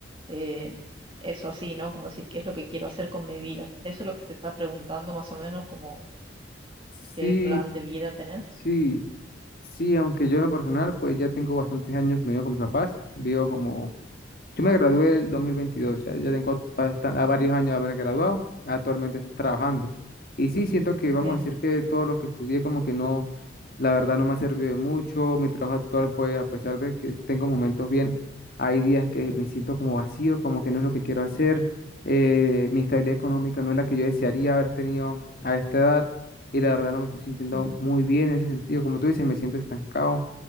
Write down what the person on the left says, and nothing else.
Sí,
sí, sí, aunque yo en lo personal, pues ya tengo bastantes años que no vivo con mis papás, vivo como Yo me gradué el 2022, ya, ya tengo bastan- a varios
años de haber graduado, actualmente estoy trabajando. Y sí, siento que
vamos a decir que todo lo que estudié como que no, la verdad no me ha servido de mucho, mi trabajo actual pues a pesar de que tengo momentos bien, hay días que me siento como vacío, como que no es lo que quiero hacer, eh, mi estabilidad económica no es la que yo desearía haber tenido a esta edad y la verdad no me estoy sintiendo
muy bien en ese sentido, como tú dices, me siento estancado